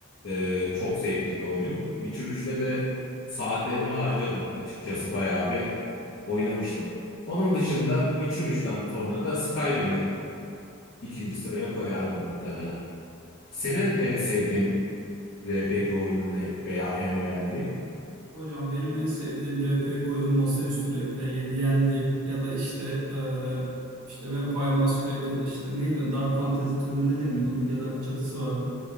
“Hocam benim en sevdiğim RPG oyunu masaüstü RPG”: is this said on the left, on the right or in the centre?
Right